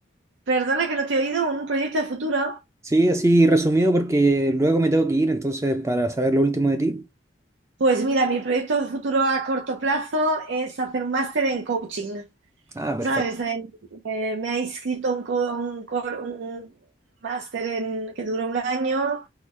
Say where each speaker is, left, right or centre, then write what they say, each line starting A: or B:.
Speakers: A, on the right (about 80°); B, on the right (about 15°).
A: perdona que no te he oído, un proyecto de futuro.
B: Sí, así resumido porque luego me tengo que ir, entonces para saber lo último de ti.
A: Pues mira, mi proyecto futuro a corto plazo es hacer un máster en coaching,
B: Ah, perfecto.
A: ¿sabes? Eh, eh, me ha inscrito un, co- un cor- un máster en- que dura un año